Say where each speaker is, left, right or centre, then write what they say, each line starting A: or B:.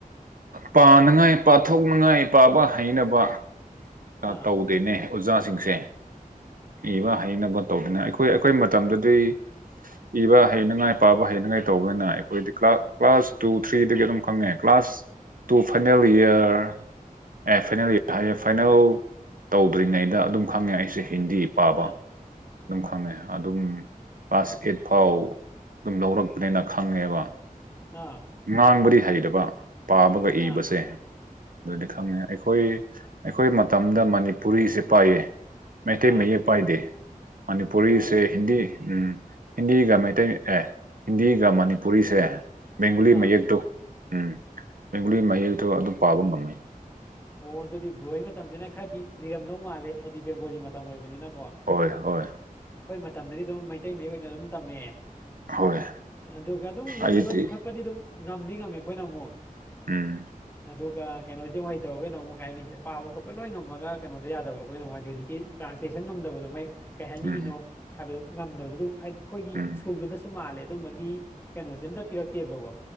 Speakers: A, on the right (about 70°); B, on the left (about 15°).
A: ꯄꯥꯅꯉꯥꯏ ꯄꯥꯊꯣꯛꯅꯉꯥꯏ ꯄꯥꯕ ꯍꯩꯅꯕ ꯀ
B: ꯑꯥ
A: ꯇꯧꯗꯦꯅꯦ ꯑꯣꯖꯥꯁꯤꯡꯁꯦ ꯏꯕ ꯍꯩꯅꯕ ꯇꯧꯗꯅ ꯑꯩꯈꯣꯏ ꯑꯩꯈꯣꯏ ꯃꯇꯝꯗꯗꯤ ꯏꯕ ꯍꯩꯅꯉꯥꯏ ꯄꯥꯕ ꯍꯩꯅꯉꯥꯏ ꯇꯧꯕꯅ ꯑꯩꯈꯣꯏꯗꯤ ꯀꯂꯥ ꯀ꯭ꯂꯥꯁ ꯇꯨ ꯊ꯭ꯔꯤꯗꯒꯤ ꯑꯗꯨꯝ ꯈꯪꯉꯦ ꯀ꯭ꯂꯥꯁ ꯇꯨ ꯐꯥꯏꯅꯦꯜ ꯏꯌꯔ ꯑꯦ ꯐꯥꯏꯅꯦꯜꯌꯥꯔ ꯍꯥꯏꯔ ꯐꯥꯏꯅꯦꯜ ꯇꯧꯗ꯭ꯔꯤꯉꯩꯗ ꯑꯗꯨꯝ ꯈꯪꯉꯦ ꯑꯩꯁꯦ ꯍꯤꯟꯗꯤ ꯄꯥꯕ
B: ꯑꯥ
A: ꯑꯗꯨꯝ ꯈꯪꯉꯦ ꯑꯗꯨꯝ ꯀ꯭ꯂꯥꯁ ꯑꯦꯠ ꯐꯥꯎ ꯑꯗꯨꯝ ꯂꯧꯔꯛꯄꯅꯦꯅ ꯈꯪꯉꯦꯕ
B: ꯑꯥ
A: ꯉꯥꯡꯕꯗꯤ ꯍꯩꯔꯕ ꯄꯥꯕꯒ ꯏꯕꯁꯦ
B: ꯑꯥ
A: ꯑꯗꯨꯗꯤ ꯈꯪꯉꯦ ꯑꯩꯈꯣꯏ ꯑꯩꯈꯣꯏ ꯃꯇꯝꯗ ꯃꯅꯤꯄꯨꯔꯤꯁꯦ ꯄꯥꯏꯌꯦ ꯃꯩꯇꯩ
B: ꯑꯥ
A: ꯃꯌꯦꯛ ꯄꯥꯏꯗꯦ ꯃꯅꯤꯄꯨꯔꯤꯁꯦ
B: ꯑꯣ
A: ꯍꯤꯟꯗꯤ ꯎꯝ ꯍꯤꯟꯗꯤꯒ ꯃꯩꯇꯩ ꯑꯦ ꯍꯤꯟꯗꯤꯒ ꯃꯅꯤꯄꯨꯔꯤꯁꯦ ꯕꯦꯡꯒꯨꯂꯤ
B: ꯑꯥ
A: ꯃꯌꯦꯛꯇꯣ ꯎꯝ ꯕꯦꯡꯒꯨꯂꯤ ꯃꯌꯦꯛꯇꯣ ꯑꯗꯨ ꯄꯥꯕ ꯉꯝꯃꯤ
B: ꯑꯣ ꯑꯗꯨꯗꯤ ꯕ꯭ꯔ‌ꯣꯍ‌ꯣꯏ ꯃꯇꯝꯁꯤꯅ ꯈꯔꯗꯤ ꯂꯤꯔꯝꯗꯧ ꯃꯥꯜꯂꯦ ꯍꯥꯏꯗꯤ ꯕꯦꯡꯒꯣꯂꯤ ꯃꯇꯝ ꯑꯣꯏꯕꯅꯤꯅ ꯀꯣ ꯑꯩꯈꯣꯏ
A: ꯍꯣꯏ ꯍꯣꯏ
B: ꯃꯇꯝꯗꯗꯤ ꯑꯗꯨꯝ ꯃꯩꯇꯩ ꯃꯌꯦꯛ ꯑꯣꯏꯅ ꯑꯗꯨꯝ ꯇꯝꯃꯛꯑꯦ
A: ꯍꯣꯏ
B: ꯑꯗꯨꯒ ꯑꯗꯨꯝ
A: ꯑꯩꯗꯤ
B: ꯏꯕꯒꯤ ꯈꯣꯠꯄꯗꯤ ꯑꯗꯨꯝ ꯉꯝꯗꯤ ꯉꯝꯃ‌ꯦ ꯑꯩꯈꯣꯏꯅ ꯑꯃꯨꯛ
A: ꯎꯝ
B: ꯑꯗꯨꯒ ꯀꯩꯅꯣꯖꯤ ꯍꯩ ꯇꯧꯋ‌ꯦ ꯅ‌ꯣꯡꯃ ꯀꯥꯏꯅꯤ ꯄꯥꯕ ꯈꯣꯠꯄ ꯂꯣꯏ ꯉꯝꯃꯒ ꯀꯩꯅ‌ꯣꯗ ꯌꯥꯕ ꯈ‌ꯣꯏꯅ ꯃꯨꯛ ꯍꯥꯏꯗꯤ ꯍꯧꯖꯤꯛ ꯇ꯭ꯔꯥꯟꯂꯦꯁꯟ ꯉꯝꯗꯕꯗꯣ ꯃꯥꯌ‌ꯦ ꯀꯩ ꯍꯥꯏꯅꯤꯡꯉꯤꯅꯣ
A: ꯎꯝ
B: ꯍꯥꯏꯕꯗꯨ ꯉꯝꯗꯕꯗꯨ ꯑꯗꯨ ꯍꯥꯏꯗꯤ ꯑꯩꯈꯣꯏꯒꯤ
A: ꯎꯝ
B: ꯁ꯭ꯀꯨꯜꯗꯨꯅꯁꯨ ꯃꯥꯜꯂꯦ ꯑꯗꯨꯝꯕꯒꯤ ꯀꯩꯅꯣꯁꯦ ꯑꯝꯇ ꯄꯤꯔꯛꯇꯦꯕꯀꯣ